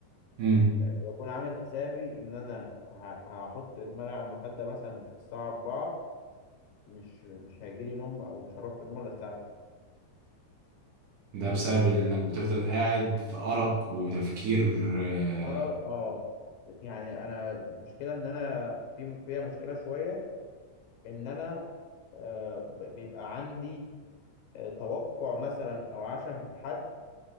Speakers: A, on the right; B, on the left.
A: امم
B: آه، بكون عامل حسابي ان انا ه- هحط دماغي على المخده مثلا الساعه 4 مش مش هيجي لي نوم او مش هروح في النوم الا الساعه 6
A: ده بسبب انك بتفضل قاعد في أرق وتفكير آه،
B: اه اه يعني انا المشكله ان انا في فيها مشكله شويه ان انا آه، ب- بيبقى عندي آه، توقع مثلا او عشم في حد